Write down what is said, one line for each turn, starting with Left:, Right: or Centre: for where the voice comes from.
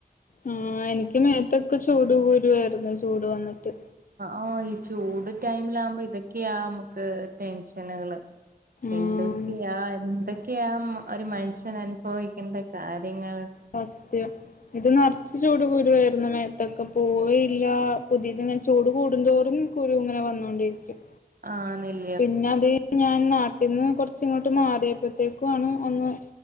Left: ഉം എനിക്ക് മേത്തൊക്കെ ചൂട് കുരുവായിരുന്നു ചൂട് വന്ന്ട്ട്
Right: ഓ ഈ ചൂട് ടൈമിലാകുമ്പോ ഇതൊക്യാ നമ്മക്ക് ടെൻഷനുകള്
Left: ആഹ്
Right: എന്തൊക്യാ എന്തൊക്യാ മ ഒര് മനുഷ്യനെന്നെ ഭോയിക്കണ്ട കാര്യങ്ങള്
Left: സത്യം ഇത് നർച്ച് ചൂട് കുരുവായിരുന്നു മേത്തൊക്കെപ്പ്‌ പോവേല്ല പുത്യേത്ങ്ങനെ ചൂട് കൂടുന്തോറും കുരു ഇങ്ങനെ വന്നോണ്ടിരിക്കും
Right: ആഹ് നിൽ
Left: പിന്നത് കയ്ഞ് ഞാൻ നാ ഇന്ന് കൊർച്ചിങ്ങോട്ട് മാറിയപ്പോഴത്തേക്കും ആണ് ഒന്ന്